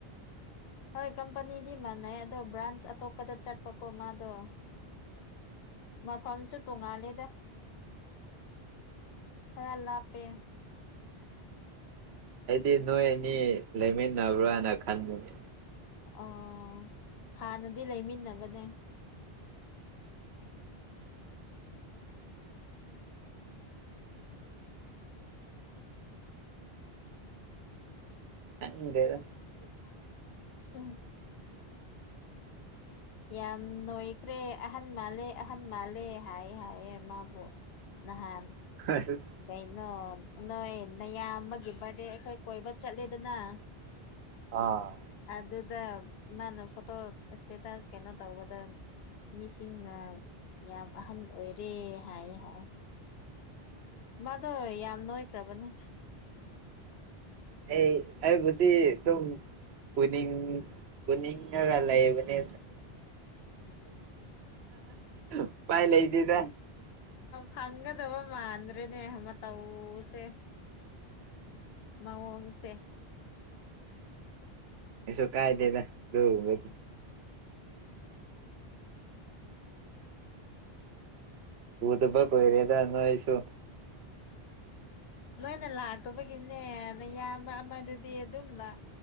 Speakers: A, on the left; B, on the right.
A: ꯍꯣꯏ ꯀꯝꯄꯅꯤꯗꯤ ꯃꯥꯟꯅꯩ ꯑꯗꯣ ꯕ꯭ꯔꯥꯟꯁ ꯑꯇꯣꯞꯄꯗ ꯆꯠꯄꯀꯣ ꯃꯥꯗꯣ ꯃꯐꯝꯁꯨ ꯇꯣꯡꯉꯥꯂꯦꯗ ꯈꯔ ꯂꯥꯞꯄꯦ
B: ꯑꯩꯗꯤ ꯅꯣꯏ ꯑꯅꯤ ꯂꯩꯃꯤꯟꯅꯕ꯭ꯔꯥ ꯍꯥꯏꯅ ꯈꯟꯕꯅꯦ
A: ꯑꯣ ꯍꯥꯟꯅꯗꯤ ꯂꯩꯃꯤꯟꯅꯕꯅꯦ
B: ꯈꯪꯗꯦꯗꯥ
A: <unintelligible> ꯌꯥꯝ ꯅꯣꯏꯈ꯭ꯔꯦ ꯑꯍꯟ ꯃꯥꯜꯂꯦ ꯑꯍꯟ ꯃꯥꯜꯂꯦ ꯍꯥꯏ ꯍꯥꯏꯌꯦ ꯃꯥꯕꯨ ꯅꯍꯥꯟ
B: <unintelligible>
A: ꯀꯩꯅꯣ ꯅꯣꯏ ꯅꯌꯥꯝ ꯑꯃꯒꯤ ꯕꯥꯔꯗꯦ ꯑꯩꯈꯣꯏ ꯀꯣꯏꯕ ꯆꯠꯂꯦꯗꯅ <inaudible>
B: ꯑꯥ
A: ꯑꯗꯨꯗ ꯃꯥꯅ ꯐꯣꯇꯣ ꯏꯁꯇꯦꯇꯁ ꯀꯩꯅꯣ ꯇꯧꯕꯗ ꯃꯤꯁꯤꯡꯅ ꯌꯥꯝ ꯑꯍꯟ ꯑꯣꯏꯔꯦ ꯍꯥꯏ ꯍꯥꯏ ꯃꯥꯗꯣ ꯌꯥꯝ ꯅꯣꯏꯈ꯭ꯔꯕꯅꯤ꯫
B: ꯑꯩ ꯑꯩꯕꯨꯗꯤ ꯑꯗꯨ ꯄꯨꯅꯤꯡ ꯄꯨꯅꯤꯉꯒ ꯂꯩꯕꯅꯦ꯫ ꯎꯄꯥꯏ ꯂꯩꯇꯦꯗ꯫
A: ꯐꯪꯒꯗꯕ ꯃꯥꯟꯗ꯭ꯔꯦ ꯃꯇꯧꯁꯦ꯫ ꯃꯑꯣꯡꯁꯦ꯫
B: ꯀꯩꯁꯨ ꯀꯥꯏꯗꯦꯗ ꯑꯗꯨꯕꯨ꯫ ꯎꯗꯨꯕ ꯀꯨꯏꯔꯦꯗ ꯅꯣꯏꯁꯨ꯫
A: ꯅꯣꯏꯅ ꯂꯥꯛꯇꯕꯒꯤꯅꯦꯅ ꯅꯌꯥꯝꯕ ꯑꯃꯗꯨꯗꯤ ꯑꯗꯨꯝ ꯂꯥꯛ